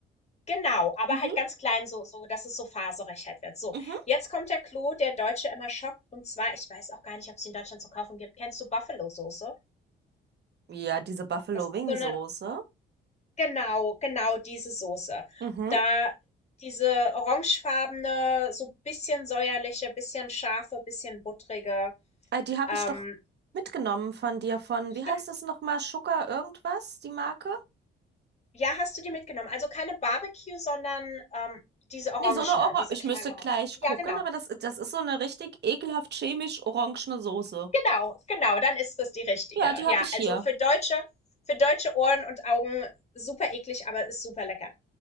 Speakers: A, on the left; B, on the right.
A: Genau, aber
B: Mhm,
A: halt ganz klein, so so dass es so faserig halt wird. So,
B: mhm.
A: jetzt kommt der Clou, der Deutsche immer schockt. Und zwar, ich weiß auch gar nicht, ob es in Deutschland zu kaufen gibt. Kennst du Buffalo-Soße?
B: Ja, diese Buffalo
A: Das ist
B: Wing
A: so eine,
B: Soße.
A: genau, genau diese Soße.
B: Mhm.
A: Da diese orangefarbene, so bisschen säuerliche, bisschen scharfe, bisschen buttrige.
B: Äh, die habe
A: Ähm,
B: ich doch mitgenommen von dir von,
A: stimmt.
B: wie heißt das nochmal? Sugar irgendwas, die Marke?
A: Ja, hast du die mitgenommen? Also keine Barbecue, sondern ähm, diese orangene,
B: Nee, so eine Orange.
A: diese
B: Ich
A: knallorange.
B: müsste gleich
A: Ja,
B: gucken,
A: genau.
B: aber das, das ist so eine richtig ekelhaft chemisch orangene Soße.
A: Genau, genau, dann ist das die richtige.
B: Ja, die habe
A: Ja,
B: ich hier.
A: also für deutsche, für deutsche Ohren und Augen super eklig, aber ist super lecker.